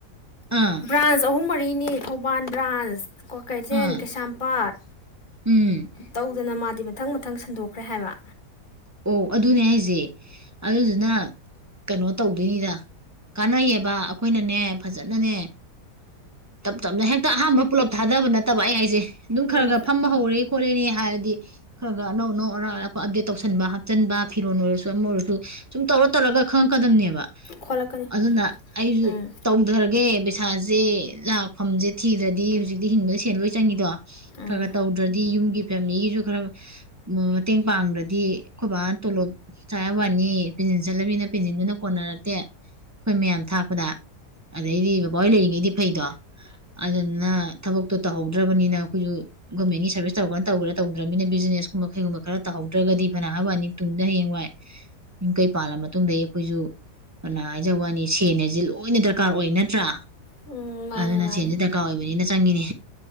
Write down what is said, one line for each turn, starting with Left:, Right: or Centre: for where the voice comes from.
Right: ꯑꯥ
Left: ꯁꯥꯈꯥ ꯑꯍꯨꯝ ꯃꯔꯤ ꯅꯦ꯫ ꯊꯣꯎꯕꯜ ꯁꯥꯈꯥ꯫ ꯀ꯭ꯕꯥꯈꯩꯇꯦꯜ
Right: ꯑꯥ
Left: ꯀꯦꯌꯁꯃꯄꯠ
Right: ꯎꯝ
Left: ꯇ꯭ꯕꯤ ꯗ꯭ꯅꯥ ꯃꯥ ꯗꯤ ꯃꯊꯪ ꯃꯊꯪ ꯁꯟꯗꯣꯈ꯭ꯔꯦ ꯍꯥꯏꯕꯥ꯫
Right: ꯑꯣꯍ ꯑꯗꯨꯅꯦ ꯍꯥꯏꯁꯦ ꯑꯗꯨꯗꯨꯅꯥ꯫ ꯀꯩꯅꯣ ꯇꯧꯗꯣꯏꯅꯤꯗ ꯀꯥꯟꯅꯩꯌꯦꯕ ꯑꯩꯈꯣꯏꯅꯅꯦ ꯐꯖꯅꯅꯦ ꯇꯞ ꯇꯞꯅ ꯍꯦꯛꯇ ꯑꯍꯝꯕ ꯄꯨꯂꯞ ꯊꯥꯗꯕ ꯅꯠꯇꯕ ꯑꯩ ꯍꯥꯏꯁꯦ ꯑꯗꯨꯝ ꯈ꯭ꯔꯥ
Left: ꯎꯝ
Right: ꯈ꯭ꯔꯥ ꯐ꯭ꯍꯝꯕꯥ ꯍ꯭ꯔꯦ ꯈꯣꯇꯂꯅꯤ꯫ ꯍꯥꯏꯔꯗꯤ ꯈꯔ ꯈ ꯑꯅꯧ ꯑꯅꯧ ꯑꯔ ꯑꯞꯗꯦꯠ ꯇꯧꯁꯤ ꯊꯟꯕ ꯍꯥꯞꯆꯟꯕ ꯐꯤꯔꯣꯟꯜ ꯑꯣꯏꯔꯁꯨ ꯑꯃ ꯑꯣꯏꯔꯁꯨ ꯁꯨꯝ ꯇꯧꯔ ꯇꯧꯔꯒ ꯈꯪꯉꯛꯀꯗꯕꯅꯦꯕ
Left: ꯈꯣꯠꯂꯛꯀꯅꯤ
Right: ꯑꯗꯨꯅ ꯑꯩꯁꯨ
Left: ꯎꯝ
Right: ꯇꯧꯗꯔꯒꯦ ꯄꯩꯁꯥꯁꯦ ꯂꯥꯛꯐꯝꯁꯦ ꯊꯤꯗ꯭ꯔꯗꯤ ꯍꯧꯖꯤꯛꯇꯤ ꯍꯤꯡꯕꯗ ꯁꯦꯟ ꯂꯣꯏ ꯆꯪꯉꯤꯗꯣ
Left: ꯎꯝ
Right: ꯈ ꯈ ꯇꯧꯗ꯭ꯔꯗꯤ ꯌꯨꯝꯒꯤ ꯐꯦꯃꯤꯂꯤꯒꯤꯁꯨ ꯈꯔ ꯃꯇꯦꯡ ꯄꯥꯡꯗ꯭ꯔꯗꯤ ꯑꯩꯈꯣꯏ ꯕꯥꯅ ꯇꯣꯂꯣꯞ ꯆꯥꯏ ꯍꯥꯏꯕ ꯋꯥꯅꯤ ꯄꯦꯟꯁꯤꯟ ꯆꯠꯂꯕꯅꯤꯅ ꯄꯦꯟꯁꯤꯟꯗꯨꯅ ꯀꯣꯟꯅꯔꯛꯇꯦ ꯑꯈꯣꯏ ꯃꯌꯥꯝ ꯊꯥꯛꯄꯗ ꯑꯗꯩꯗꯤ ꯕꯕꯥꯍꯣꯏ ꯂꯩꯔꯤꯉꯩꯗꯤ ꯐꯩꯗꯣ ꯑꯗꯨꯗꯨꯅ ꯊꯕꯛꯇꯣ ꯇꯧꯍꯧꯗ꯭ꯔꯕꯅꯤꯅ ꯑꯩꯈꯣꯏꯁꯨ ꯒꯣꯔꯃꯦꯟꯒꯤ ꯁꯥꯔꯚꯤꯁ ꯇꯧꯔꯒꯅ ꯇꯧꯒ꯭ꯔꯦ ꯇꯧꯗ꯭ꯔꯕꯅꯤꯅ ꯕꯤꯖꯤꯅꯦꯁ ꯀꯨꯝꯕ ꯀꯩꯒꯨꯝꯕ ꯈꯔ ꯇꯧꯍꯧꯗ꯭ꯔꯒꯗꯤ ꯐꯅ ꯍꯥꯏꯋꯥꯅꯤ ꯇꯨꯡꯗ ꯍꯌꯦꯡꯋꯥꯏ ꯌꯨꯝ ꯀꯩ ꯄꯥꯜꯂ ꯃꯇꯨꯡꯗꯩ ꯑꯩꯈꯣꯏꯁꯨ ꯐꯅ ꯍꯥꯏꯖ ꯋꯥꯅꯤ ꯁꯦꯜ ꯍꯥꯏꯁꯦ ꯂꯣꯏꯅ ꯗꯔꯀꯥꯔ ꯑꯣꯏ ꯅꯠꯇ꯭ꯔꯥ
Left: ꯎꯝ ꯃꯥꯅꯦ
Right: ꯑꯗꯨꯅ
Left: ꯃꯥꯅꯦ
Right: ꯁꯦꯟꯁꯦ ꯗꯔꯀꯥꯔ ꯑꯣꯏꯕꯅꯤꯅ ꯆꯪꯉꯤꯅꯦ